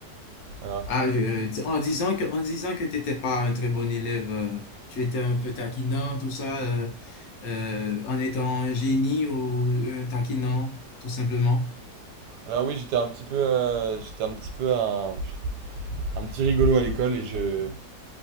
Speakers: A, on the right; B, on the left.
A: Voilà.
B: Ah, euh, en disant que, en disant que tu n'étais pas un très bon élève, euh, tu étais un peu taquinant, tout ça, euh, euh, en étant un génie ou euh, un taquinant, tout simplement.
A: Alors oui, j'étais un petit peu, euh, j'étais un petit peu un, un petit rigolo à l'école et je,